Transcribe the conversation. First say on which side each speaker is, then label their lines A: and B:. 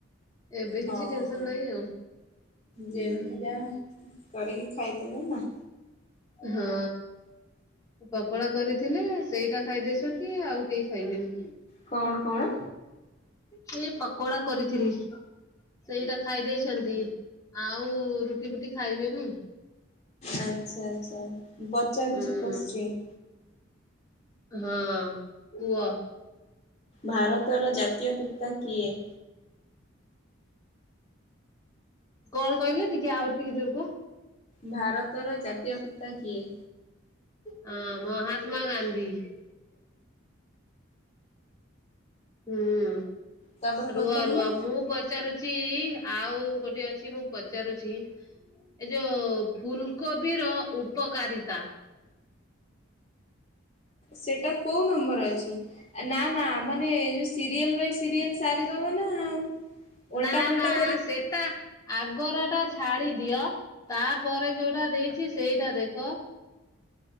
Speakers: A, on the left; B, on the left.
A: ଏବେ
B: ହଁ
A: କିଛି ଟେନସନ ନାଇଁ ଆଉ ହୁଁ।
B: ଯେମିତି ଯାହା କରିକି ଖାଇଦେଲ ନା
A: ହଁ ପକୋଡା କରିଥିଲେ ସେଇଟା ଖାଇ ଦେଇଛନ୍ତି ଆଉ କେଇ ଖାଇବେନି।
B: କଣ କଣ?
A: ସେ ପକୋଡା କରିଥିଲି। ସେଇଟା ଖାଇଦେଇଛନ୍ତି। ଆଉ ରୁଟି ଫୁଟି ଖାଇବେନି।
B: ଆଚ୍ଛା ଆଚ୍ଛା ମୁଁ ପଚାରୁଚି
A: ଉଁ
B: କୋଶ୍ଚିନ୍?
A: ହଁ କୁଅ?
B: ଭାରତର ଜାତୀୟ ପିତା କିଏ?
A: କଣ କଇଲେ ଟିକେ ଆହୁରି ଟିକେ ଜୋରେ କୁଅ?
B: ଭାରତର ଜାତୀୟ ପିତା କିଏ?
A: ହଁ ମହାତ୍ମା ଗାନ୍ଧୀ। ହୁଁ
B: ତାପରେ ପଚାରିଲେ
A: ରୁଅ ରୁଅ ମୁଁ ପଚାରୁଚି ଆଉ ଗୋଟେ ଅଛି ମୁଁ ପଚାରୁଚି ଏ ଯୋଉ ଫୁଲକୋବି ର ଉପକାରିତା?
B: ସେଟା କୋଉ ନମ୍ବର ଅଛି ନା ନା ମାନେ ଯୋଉ ସିରିଏଲ ବାଇ ସିରିଏଲ ସାରି ଦବା। ନା। ଓଲଟା
A: ନା
B: ପୋଲଟା
A: ନା
B: କରି
A: ସେଟା ଆଗର ଟା ଛାଡି ଦିଅ ତାପରେ ଯୋଉଟା ଦେଇଚି ସେଇଟା ଦେଖ।